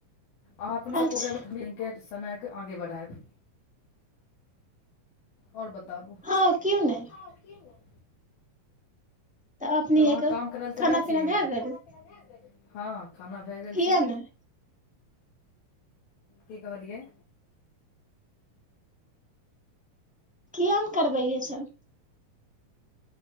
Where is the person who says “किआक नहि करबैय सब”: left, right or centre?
Centre